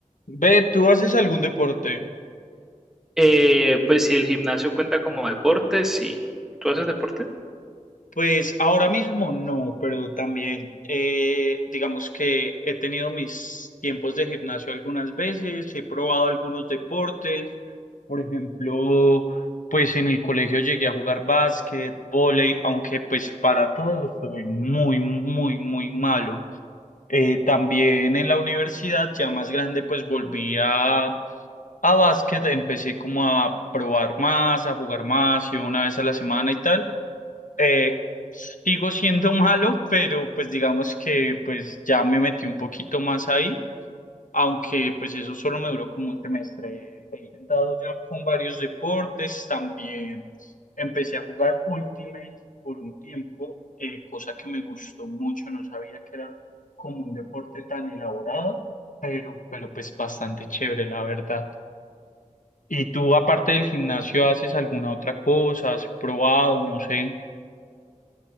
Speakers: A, on the left (about 80°); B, in the centre.
A: Ve, ¿tú haces algún deporte?
B: Eh, pues si el gimnasio cuenta como deporte, sí. ¿Tú haces deporte?
A: Pues ahora mismo no, pero también eh, digamos que he tenido mis tiempos de gimnasio algunas veces, he probado algunos deportes, por ejemplo, pues en el colegio llegué a jugar básquet, vóley, aunque pues para todo soy muy, muy, muy malo. Eh, también en la universidad, ya más grande, pues volví a A básquet empecé como a probar más, a jugar más, y una vez a la semana y tal. Eh, sigo siendo <laughs> malo, pero pues digamos que pues ya me metí un poquito más ahí, aunque pues eso solo me duró como un semestre. He intentado ya con varios deportes, también empecé a jugar Ultimate por un tiempo, eh, cosa que me gustó mucho, no sabía que era como un deporte tan elaborado, pero, pero pues bastante chévere, la verdad. ¿Y tú, aparte del gimnasio, haces alguna otra cosa? ¿Has probado? No sé.